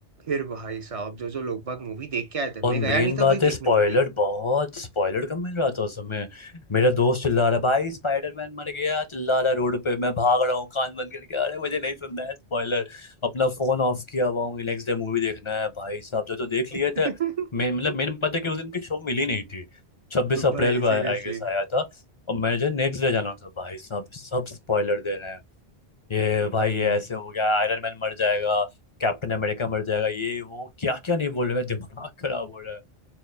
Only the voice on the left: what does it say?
और मेन
बात
है स्पॉइलर
बहुत स्पॉइलर कम मिल रहा था उस समय मेरा दोस्त चिल्ला रहा है, भाई स्पाइडरमैन मर गया चिल्ला रहा है रोड पे मैं भाग रहा हूँ कान बंद करके अरे मुझे नहीं सुनना है स्पॉइलर अपना फोन ऑफ किया हुआ हूँ नेक्स्ट डे मूवी देखना है भाई साहब जो जो देख
लिए थे मैं मतलब मेन बात है कि उस दिन की शो मिली नहीं थी छब्बीस अप्रैल
को आई
गेस आया था और मुझे नेक्स्ट डे जाना था भाई साहब सब स्पॉइलर दे रहे हैं ये
भाई ये ऐसे हो गया आयरन मैन मर जाएगा कैप्टन अमेरिका मर जाएगा ये वो क्या क्या नहीं बोल रहे मैं दिमाग खराब हो रहा है